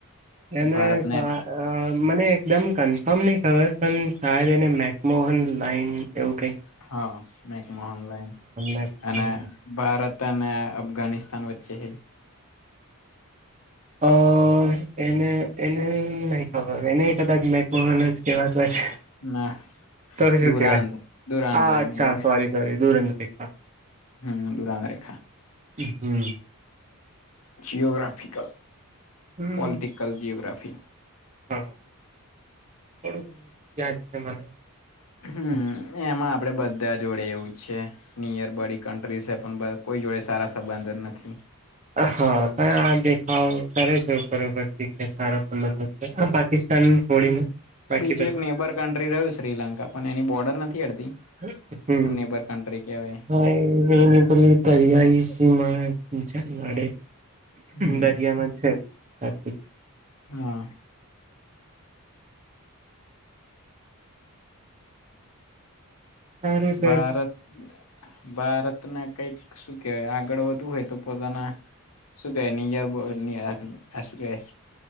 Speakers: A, on the right; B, on the left.
A: એને
B: ભારતને
A: સા અ મને એકદમ કન્ફર્મ નહી ખબર પણ શાયદ એને મેકમોહન લાઈન એવું કંઈક
B: હા મેક મોહન લાઇન
A: મેકમોહન
B: અને ભારત અને અફઘાનિસ્તાન વચ્ચે ની
A: અ એને એને નહી ખબર એને કદાચ મેકમા જ કેવાત હોય છે.
B: ના
A: તો શું
B: ડુરાંધ
A: કેવાય
B: ડુરાંધ
A: હ
B: લાઈન
A: અચ્છા
B: એવું
A: સોરી સોરી <unintelligible>
B: હમ્મ દુરાંધ રેખા
A: હમ્મ.
B: જયો્યોગ્રાફિકલ
A: હમ
B: પોૉલિટિકલ જ્યોગ્રાફી
A: હા થોડું ઘણું યાદ છે મને
B: હમ્મ એમાં આપડે બધા જોડે એવું જ છે. નિયર બડી કન્ટ્રી છે પણ કોઈ જોડે સારા સંબંધ નથી.
A: હા પણ આ દેખાવ કરે છે ઉપર ઉપરથી કે સારા સંબંધો છે આ પાકિસ્તાન છોડીને
B: હમ્મ
A: બાકી
B: બીજું
A: બધા
B: એક નેબર કન્ટ્રી રહ્યું શ્રીલંકા પણ એની બોર્ડર નથી હડતી.
A: <inaudible>
B: નેબર કન્ટ્રી કેવાય.
A: <inaudible> <inaudible> દરિયાઈ સીમા મળે,
B: હમ
A: દરિયામાં જ છે સાથે જ
B: હા,
A: સારું છે
B: ભારત ભારતને કઈક શું કેહેવાય આગળ વધવું હોય, તો પોતાના શું કેવાય <inaudible> શું કેવાય